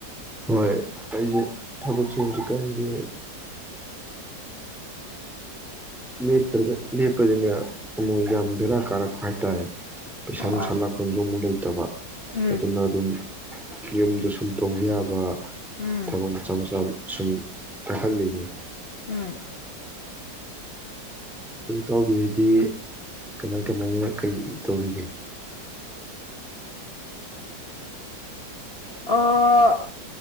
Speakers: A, in the centre; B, on the left.
A: ꯍꯣꯏ ꯑꯩꯁꯦ ꯊꯕꯛꯁꯦ ꯍꯧꯖꯤꯛꯀꯥꯟꯁꯦ ꯦꯇ꯭ꯔꯒ ꯂꯦꯞꯄꯅꯤꯅ ꯑꯃꯨꯛ ꯌꯥꯝ ꯕꯦꯔꯥ ꯀꯥꯔꯛꯄ ꯍꯥꯏꯇꯥꯔꯦ ꯄꯩꯁꯥ
B: ꯍꯣꯏ
A: ꯅꯨꯡꯁꯥ ꯂꯥꯀ ꯌꯨꯝ ꯃꯨ ꯂꯩ ꯐꯠꯇꯕ
B: ꯎꯝ
A: ꯑꯗꯨꯅ ꯑꯗꯨꯝ ꯌꯨꯝꯗ ꯁꯨꯝ ꯇꯧꯕ ꯌꯥꯕ
B: ꯎꯝ
A: ꯊꯕꯛ ꯃꯆꯥ ꯃꯆꯥ ꯁꯨꯝ ꯈꯜꯂꯤꯌꯦ
B: ꯎꯝ
A: ꯑꯗꯨ ꯏꯇꯥꯎꯕꯤ ꯍꯥꯏꯗꯤ ꯀꯃꯥꯏ ꯀꯃꯥꯏꯅ ꯀꯩ ꯇꯧꯔꯤꯒꯦ
B: ꯑꯣ